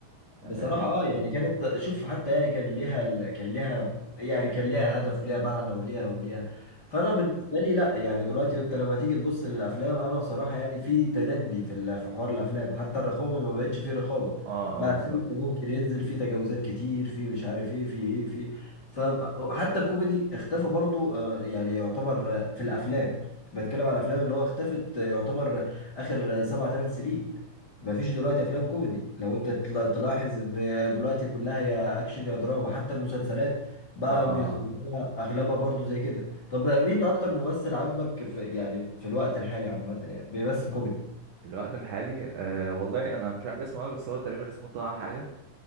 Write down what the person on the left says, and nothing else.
بصراحة اه يعني كانت شوف حتى يعني كان ليها ال- كان ليها يعني كان ليها هدف وليها معنى وليها وليها فانا بالنسبة لي لا يعني دلوقتي انت لما تيجي تبص للافلام انا بصراحة يعني في تدني في ال- في حوار الافلام حتى الرقابة ما بقتش فيه رقابة
بقى
الفيلم ممكن ينزل فيه تجاوزات كتير فيه مش عارف ايه فيه ايه فيه فحتى الكوميدي اختفى برضو آه، يعني يعتبر آه، في الافلام بتكلم على الافلام اللي هو اختفت آه، يعتبر آخر سبع ثمان سنين ما فيش دلوقتي افلام كوميدي لو انت تلا- تلاحظ ان دلوقتي كلها يا اكشن يا دراما حتى المسلسلات بقى
بيطلعوها اغلبها برضو زي كده طب مين اكتر ممثل عجبك في يعني في الوقت الحالي عامه يعني بيمثل كوميدي